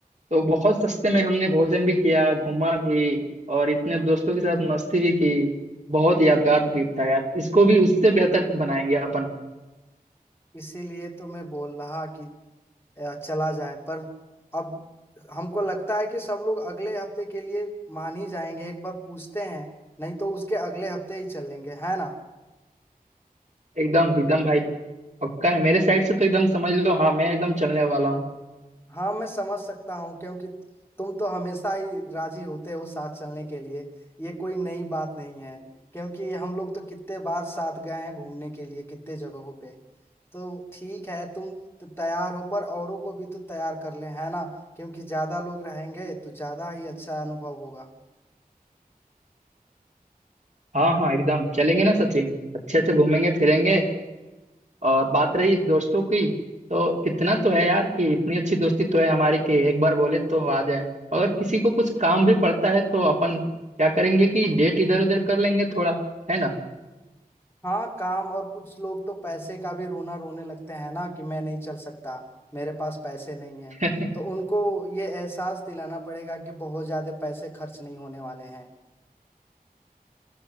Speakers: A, on the right (about 50°); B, on the left (about 15°).
A: तो बहुत सस्ते में हमने भोजन भी किया घूमा भी और इतने दोस्तों के साथ मस्ती भी की बहुत यादगार ट्रिप था यार इसको भी उससे बेहतर बनाएंगे अपन
B: इसीलिए तो मैं बोल रहा कि अ, चला जाए पर अब हमको लगता है कि सब लोग अगले हफ्ते के लिए मान ही जाएंगे एक बार पूछते हैं नहीं तो उसके अगले हफ्ते ही चलेंगे है ना
A: एकदम एकदम भाई पक्का है मेरे साइड से तो एकदम समझ लो हाँ मैं एकदम चलने वाला हूँ
B: हाँ मैं समझ सकता हूँ क्योंकि तुम तो हमेशा ही राजी होते हो साथ चलने के लिए ये कोई नई बात नहीं है क्योंकि हम लोग तो कितने बार साथ गए हैं घूमने के लिए कितने जगहों पे तो ठीक है तुम तो तैयार हो पर औरों को भी तो तैयार कर ले है ना क्योंकि ज्यादा लोग रहेंगे तो ज्यादा ही अच्छा अनुभव होगा
A: हाँ हाँ एकदम चलेंगे ना सचिन अच्छे से घूमेंगे फिरेंगे और बात रही दोस्तों की तो इतना तो है यार कि इतनी अच्छी दोस्ती तो है हमारी कि एक बार बोले तो आ जाए अगर किसी को कुछ काम भी पड़ता है तो अपन क्या करेंगे कि डेट इधर उधर कर लेंगे थोड़ा है ना
B: हाँ काम और कुछ लोग तो पैसे का भी रोना रोने लगते हैं ना कि मैं नहीं चल सकता मेरे पास पैसे नहीं है
A: <laughs>
B: तो उनको ये एहसास दिलाना पड़ेगा कि बहुत ज्यादा पैसे खर्च नहीं होने वाले हैं